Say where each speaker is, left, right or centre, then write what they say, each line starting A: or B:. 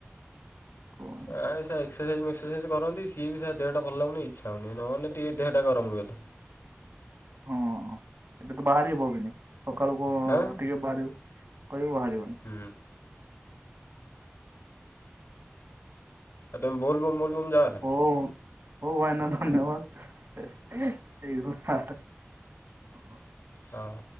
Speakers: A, on the right (about 65°); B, on the left (about 75°).
A: ଉ।
B: ଆ ସେ ଏକ୍ସରସାଇଜ ମେକ୍ସରସାଇଜ କରନ୍ତି। ସିଏ ବି ସେଆ ଦେହଟା ଭଲ ଲାଗୁନି ଇଚ୍ଛା ହଉନି। ନହେଲେ ଟିକେ ଦେହଟା ଗରମ ରୁହନ୍ତା।
A: ହଁ ଏବେ ତ ବାହାରି <unintelligible> ହବବି ସକାଳୁ କୁ
B: ହାଁ
A: ଟିକେ ବାହାରିବି। କହିବୁ ବାହାରିବନି।
B: ହୁଁ। ଆଉ ତମେ ବୋଲବମ୍ ବୋଲବମ୍ ଯାଅନି?
A: ହଉ ହଉ ଭାଇନା ଧନ୍ୟବାଦ୍ <unintelligible> <unintelligible>
B: ହଁ।